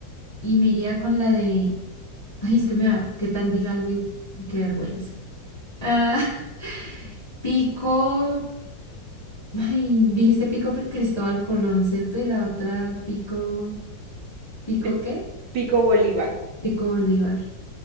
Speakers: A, on the left; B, on the right.
A: y me iría con la de... Ay, es que me da- ¿Qué tal diga Luis? Qué vergüenza. Ah, <laughs> Pico... Ay, dijiste Pico P- Cristóbal Colón, ¿cierto? Y la otra Pico... ¿Pico
B: Eh,
A: qué?
B: Pico Bolívar.
A: Pico Bolívar.